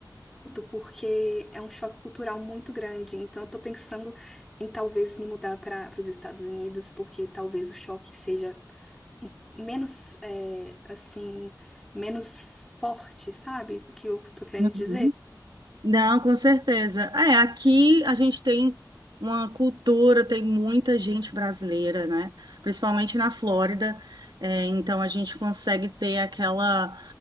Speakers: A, in the centre; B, on the right (about 70°).
A: muito, porque é um choque cultural muito grande. Então, eu tô pensando em talvez me mudar para os Estados Unidos, porque talvez o choque seja um- menos, é, assim, menos forte, sabe? O que eu tô querendo
B: Uhum.
A: dizer?
B: Não, com certeza. É, aqui a gente tem uma cultura, tem muita gente brasileira, né? Principalmente na Flórida. É, então a gente consegue ter aquela,